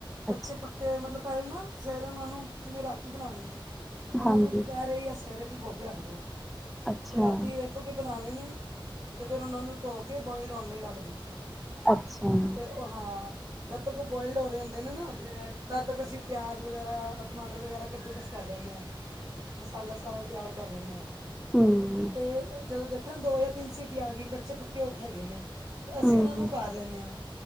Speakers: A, on the right; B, in the centre.
A: ਕੱਚੇ
B: ਅੱਛਾ
A: ਪੱਕ ਕਿ ਮਤਲਬ ਪਹਿਲੇ ਨਾ ਸਵੇਰੇ ਉਹਨਾਂ ਨੂੰ ਜਿਵੇਂ ਰਾਤੀ ਬਣਾਣੇ ਨੇ ਉਹਨਾਂ
B: ਹਾਂਜੀ
A: ਨੂੰ ਦੁਪਹਿਰੇ ਜਾਂ ਸਵੇਰੇ ਭੇਓ ਕੇ ਰੱਖ ਦੋ
B: ਅੱਛਾ
A: ਫਿਰ ਰਾਤੀ ਏ ਰਖੋ ਕੇ ਬਣਾਣੇ ਨੇ ਤੇ ਫਿਰ ਉਹਨਾਂ ਨੂੰ ਧੋ ਕੇ ਬੋਇਲਡ ਹੋਣ ਲਈ ਰੱਖ ਦਿੱਤਾ।
B: ਅੱਛਾ। ਹਾਂ
A: ਫਿਰ ਉਹ ਹਾਂ ਜਦ ਤੱਕ ਉਹ ਬੋਇਲਡ ਹੋ ਰਹੇ ਹੁੰਦੇ ਨੇ ਨਾ। ਤਦ ਤੱਕ ਅਸੀਂ ਪਿਆਜ ਵਗੈਰਾ ਟਮਾਟਰ ਵਗੈਰਾ ਕੱਦੂ ਕਸ ਕਰ ਲੈਂਦੇ ਆ। ਮਸਾਲਾ ਸਾਰਾ ਤਿਆਰ ਕਰ ਲੈਣੇ ਆ।
B: ਹੂੰ
A: ਤੇ ਜਦੋਂ ਦੇਖਿਆ ਨਾ ਦੋ ਜਾਂ ਤਿੰਨ ਸਿਟੀ ਆ ਗਈ। ਕੱਚੇ ਪੱਕੇ ਹੈਗੇ ਨੇ। ਤੇ ਅਸੀਂ
B: ਹੂੰ
A: ਉਹਨਾਂ ਨੂੰ, ਉਤਾਰ ਲੈਂਣੇ ਆ